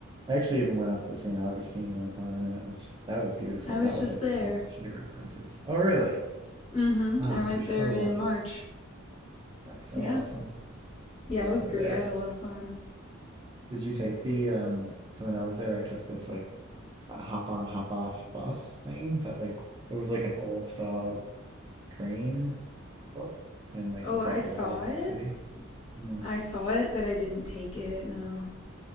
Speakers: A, on the right; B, on the left.
A: I actually even went up to St. Augustine one time, and it was that was beautiful.
B: I was
A: That was
B: just
A: like
B: there.
A: one of my favorite places. Oh, really?
B: Mm-hmm.
A: Ah,
B: I went
A: you're so
B: there in
A: lucky.
B: March.
A: That's so
B: Yeah.
A: awesome.
B: Yeah,
A: I love
B: it was
A: it
B: great.
A: there.
B: I had a lot of fun.
A: Did you take the um? So when I was there, I took this like a hop on, hop off bus thing that like it was like an old style train look and like
B: Oh,
A: it brought
B: I saw
A: you all around
B: it.
A: the city. Hmm,
B: I saw it, but I didn't take it. No.